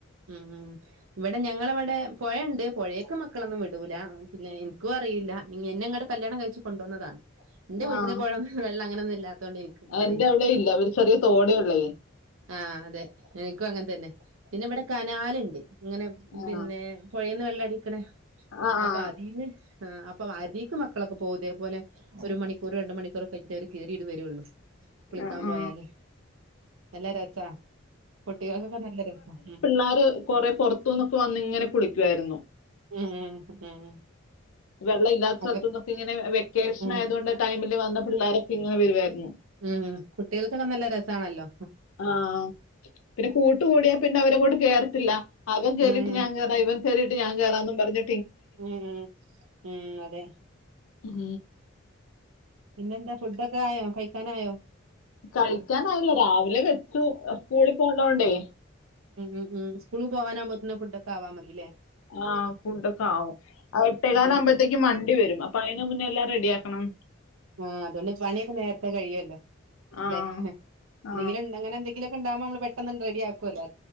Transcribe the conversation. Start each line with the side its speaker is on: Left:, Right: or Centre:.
Right: ഉം ഇവിടെ ഞങ്ങളവിടെ പൊഴണ്ട് പൊയൊക്ക് മക്കളൊന്നും വിടൂല പിന്നെ ഇൻക്കും അറീല്ല എന്നെങ്ങട്ട് കല്യാണം കഴിച്ചു കൊണ്ടുവന്നത എന്റെ വീട്ടില്
Left: ആ
Right: പോഴെവെള്ള അങ്ങനൊന്നുമില്ല തോണ്ട് പറയില്ല
Left: എന്റെ അവിടെ ഇല്ല ഒരു ചെറിയ തോടേ ഉള്ളേ
Right: ആ അതെ എനിക്കും അങ്ങനെ തന്നെ പിന്നെ ഇവിടെ കനാലിണ്ട് ഇങ്ങനെ
Left: ആ
Right: പിന്നെ പുയേന്ന് വെള്ള അടിക്ക്ണ
Left: ആ
Right: അപ്പൊ
Left: ആ
Right: അതീന്ന് ആ അപ്പം അതീക്ക് മക്കളൊക്കെ പോകും ഇതേപോലെ ഒരു മണിക്കൂർ രണ്ട് മണിക്കൂർ കഴിഞ്ഞിട്ട് അവർ കേറി ഇങ്ങട് വരുള്ളു വിളിക്കാൻ
Left: ആ ആ.
Right: പോയാല് നല്ല രസ കുട്ടികൾക്കൊക്കെ നല്ല രസ ഉം
Left: ക്കാര് കൊറെ പൊറത്തുന്നൊക്കെ വന്നിങ്ങനെ കുളിക്കുവായിരുന്നു
Right: ഉം ഉം ഉം
Left: വെള്ള ഇല്ലാത്ത സ്ഥലത്ത്ന്നൊക്കെ
Right: ഒക്കെ
Left: ഇങ്ങനെ വ്യ ക്കേഷൻ
Right: ഉം
Left: ആയൊണ്ട് ടൈമി ൽ വന്ന പിള്ളേരൊക്കെങ്ങനെ വരുവായിരുന്നു
Right: ഉം കുട്ടികൾക്കൊക്കെ നല്ല രസാണല്ലോ
Left: ആ പിന്നെ കൂട്ട് കൂടിയാ പിന്നെ അവരങ്ങോട്ട് കേറ ത്തില്ല അവൻ
Right: ഉം
Left: കേറിയിട്ട് ഞാൻ കേറാ ഇവൻ കേറിട്ട് ട്ട് ഞാൻ കേറാന്നും പറഞ്ഞ്
Right: ഉം ഉം ഉം അതെ
Left: ഉം
Right: പിന്നെന്താ ഫുഡൊക്കെ ആയോ കയിക്കാനായോ
Left: കളിക്കാനായില്ല രാവിലെ വെച്ചു സ്കൂളിൽ പോണ്ടോണ്ടേ
Right: ഉം ഉം ഉം ഉസ്‌കൂളിൽ പോവാനാമ്പോളേക്കിലും ഫുഡ്‌ക്കെ ആവാമ്മക്ക് ല്ലേ
Left: ആ ഫുഡ്‌ ഒക്കെ ആവും എട്ടേക്കാലവുമ്പോഴത്തേക്കും
Right: ഉം ഉം
Left: വണ്ടി വരും അപ്പൊ അതിന് മുന്നേ എല്ലാം റെഡ് ഡിയാക്കണം
Right: ആ അതുകൊണ്ട് പണിയൊക്കെ നേരത്തേ കഴിയല്ലോ
Left: ആ
Right: ല്ലേ എന്തെങ്കിലും
Left: ആ
Right: ഇണ്ട് അങ്ങനെ എന്തെങ്കിലുക്കെ ഉണ്ടാകുമ്പോ നമ്മ പെട്ടെന്ന് റെഡിയാക്കുവല്ലോ